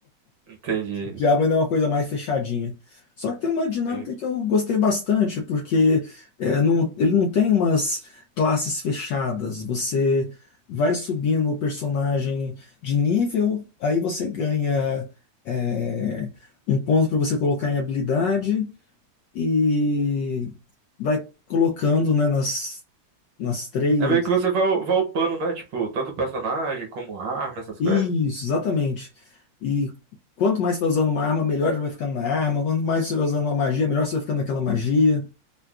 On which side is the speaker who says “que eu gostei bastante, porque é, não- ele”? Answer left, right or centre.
Left